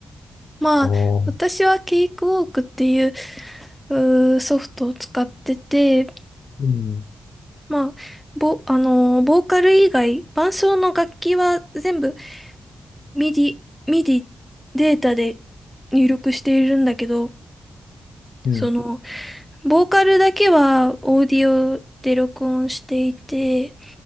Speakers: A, in the centre; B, on the left.
A: まあ、
B: ああ、
A: 私はケイクウォークっていう、
B: う
A: うーソフトを使ってて、
B: ん、
A: まあ、ボ、あのーボーカル以外、伴奏の楽器は全部ミディミディデータで入力しているんだけど、
B: うん、
A: その、ボーカルだけはオーディオで録音していて、